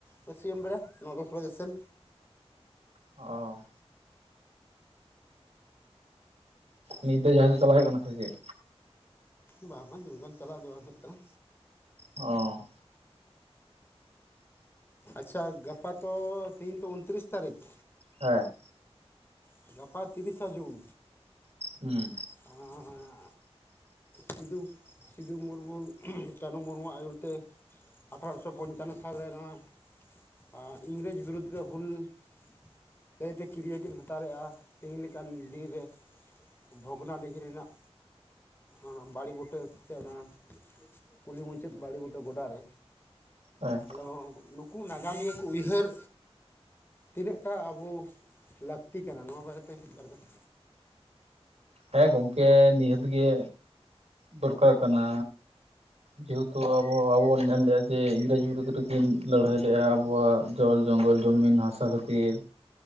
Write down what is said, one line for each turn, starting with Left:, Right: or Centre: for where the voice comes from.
Left: ᱵᱟᱹᱤᱭᱟᱹᱢ ᱵᱮᱲᱟ ᱱᱚ ᱫᱚᱥ ᱵᱟᱡᱮ ᱥᱮᱱ᱾
Right: ᱚ ᱱᱤᱛ ᱫᱚ ᱡᱟᱦᱟᱸᱥᱮᱫ ᱪᱟᱞᱟᱜ ᱦᱩᱭᱩᱜ ᱠᱟᱱᱟ ᱥᱮ ᱪᱮᱫ?
Left: ᱵᱟ ᱵᱟᱝ ᱱᱚᱱᱠᱟᱱ ᱪᱟᱞᱟᱣ ᱫᱚ ᱵᱟᱱᱝ ᱦᱩᱭᱩᱜ ᱠᱟᱱᱟ᱾
Right: ᱚ
Left: ᱟᱪᱪᱷᱟ ᱜᱟᱯᱟ ᱛᱚ ᱛᱤᱦᱤᱧ ᱛᱚ ᱩᱱᱛᱨᱤᱥ ᱛᱟᱹᱨᱤᱠᱷ?
Right: ᱦᱮᱸ
Left: ᱦᱮᱸ ᱜᱟᱯᱟ ᱛᱤᱨᱤᱥᱟ ᱡᱩᱱ᱾
Right: ᱦᱩᱸ
Left: ᱟᱸᱻ ᱥᱤᱫᱩ ᱥᱤᱫᱩ ᱢᱩᱨᱢᱩ ᱠᱟᱹᱱᱩ ᱢᱩᱨᱢᱩᱣᱟᱜ ᱟᱹᱭᱩᱨ ᱛᱮ, ᱟᱴᱷᱷᱟᱨᱚᱥᱚ ᱯᱚᱧᱪᱟᱱᱱᱚ ᱥᱟᱞᱨᱮ ᱱᱚᱣᱟ ᱟᱸ ᱤᱝᱨᱮᱡᱽ ᱵᱤᱨᱩᱫᱽ ᱨᱮ ᱦᱩᱞ <unintelligible> ᱛᱮ ᱠᱤᱨᱭ ᱠᱤᱱ ᱦᱟᱛᱟᱣ ᱞᱮᱫᱜᱼᱟ ᱛᱮᱦᱤᱤᱧ ᱞᱮᱠᱟᱱ ᱫᱤᱱ ᱨᱮ᱾ ᱵᱷᱚᱜᱽᱱᱟᱰᱤᱦᱤ ᱨᱮᱱᱟᱜ ᱚᱱᱟ ᱵᱟᱲᱮ ᱵᱩᱴᱟᱹ ᱥᱮ ᱚᱱᱟ ᱠᱩᱞᱦᱤ ᱢᱩᱪᱟᱹᱫ ᱵᱟᱲᱮ ᱵᱩᱴᱟᱹ ᱜᱚᱰᱟᱨᱮ᱾
Right: ᱦᱮᱸ
Left: ᱚᱸ ᱱᱩᱠᱩ ᱱᱟᱜᱟᱢᱤᱭᱟᱹ ᱠᱚ ᱩᱭᱦᱟᱹᱨ ᱛᱤᱱᱟᱹᱜᱴᱟ ᱟᱵᱳ ᱞᱟᱹᱠᱛᱤ ᱠᱟᱱᱟ, ᱱᱚᱣᱟ ᱵᱟᱨᱮᱛᱮ ᱢᱤᱫᱵᱟᱨ ᱠᱟᱛᱷᱟ᱾
Right: ᱦᱮᱸ ᱜᱚᱝᱠᱮ ᱱᱤᱦᱟᱹᱛ ᱜᱮ ᱫᱚᱨᱠᱟᱨ ᱠᱟᱱᱟ ᱡᱮᱦᱮᱛᱩ ᱟᱵᱚ ᱟᱵᱚ ᱵᱚᱱ ᱧᱮᱞ ᱞᱮᱜᱼᱟ ᱡᱮ ᱤᱝᱨᱮᱡᱽ ᱵᱤᱨᱩᱫᱽ ᱨᱮ ᱠᱤᱱ ᱞᱟᱹᱲᱦᱟᱹᱭ ᱞᱮᱜᱼᱟ ᱟᱵᱚᱣᱟᱜ ᱡᱚᱞ ᱡᱚᱝᱜᱚᱞ ᱡᱚᱢᱤᱱ ᱦᱟᱥᱟ ᱠᱷᱟᱹᱛᱤᱨ,